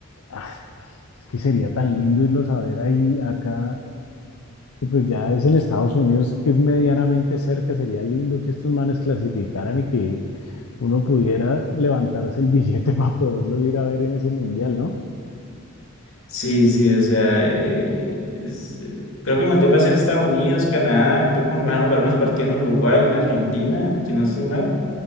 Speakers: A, on the left; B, on the left.
A: Ah, es que sería tan lindo irlos a ver ahí, acá, que pues ya es en Estados Unidos, que es medianamente cerca, sería lindo que estos manes clasificaran y que uno pudiera levantarse el billete <laughs> para poderlos ir a ver en ese mundial, ¿no?
B: sí, sí, o sea, eh, es- eh, creo que el Mundial va a ser Estados Unidos, Canadá, creo que van a jugar unos partidos en Uruguay, en Argentina, si no estoy mal,